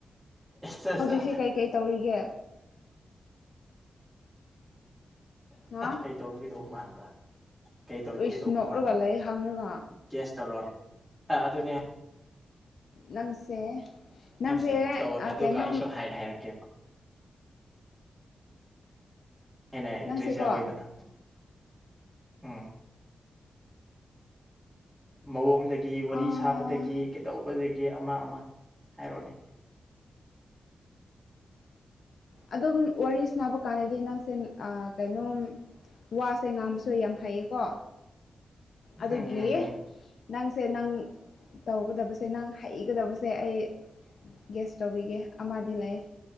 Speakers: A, in the centre; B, on the left.
A: ꯑꯠꯆꯥ ꯑꯠꯆꯥ
B: ꯍꯧꯖꯤꯛꯁꯦ ꯀꯩꯀꯩ ꯇꯧꯔꯤꯒꯦ ꯍꯥ
A: ꯀꯩ ꯇꯧꯔꯝꯒꯗꯧꯕ ꯃꯥꯟꯕ꯭ꯔꯥ ꯀꯩ ꯇꯧꯔꯝꯒ
B: ꯏꯁ
A: ꯇꯧꯕ
B: ꯅꯣꯛꯔꯒ
A: ꯃꯥꯟꯕ꯭ꯔꯥ
B: ꯂꯩ ꯍꯪꯔꯒ
A: ꯒꯦꯁ ꯇꯧꯔꯛ ꯑꯣꯅꯦ ꯑꯗꯨꯅꯦ
B: ꯅꯪꯁꯦ ꯅꯪꯁꯦ
A: ꯍꯥꯏꯕꯁꯦ ꯇꯧꯔꯣꯅꯦ ꯑꯗꯨꯒ
B: ꯀꯩꯅꯣ
A: ꯑꯩꯁꯨ ꯍꯥꯏ ꯍꯥꯏꯔꯛꯀꯦꯕ ꯍꯦꯟꯅ ꯏꯟꯇꯔꯦꯁ
B: ꯅꯪꯁꯦꯀꯣ
A: ꯌꯥꯎꯋꯦꯗꯅ ꯎꯝ ꯃꯑꯣꯡꯗꯒꯤ ꯋꯥꯔꯤ
B: ꯑꯥ
A: ꯁꯥꯕꯗꯒꯤ ꯀꯩꯗꯧꯕꯗꯒꯤ ꯑꯃ ꯑꯃ ꯍꯥꯏꯔꯣꯅꯦ
B: ꯑꯗꯨꯝ ꯋꯥꯔꯤ ꯁꯅꯕ ꯀꯥꯟꯗꯗꯤ ꯅꯪꯁꯦ ꯑ ꯀꯩꯅꯣꯝ ꯋꯥꯁꯦ ꯉꯥꯡꯕꯁꯨ ꯌꯥꯝ ꯍꯩꯌꯦꯀꯣ ꯑꯗꯨꯒꯤ
A: ꯎꯝ ꯎꯝ ꯎꯝ
B: ꯅꯪꯁꯦ ꯅꯪ ꯇꯧꯒꯗꯕꯁꯦ ꯅꯪ ꯍꯩꯒꯗꯕꯁꯦ ꯑꯩ ꯒꯦꯁ ꯇꯧꯕꯤꯒꯦ ꯑꯃꯗꯤ ꯂꯩꯥꯌꯦ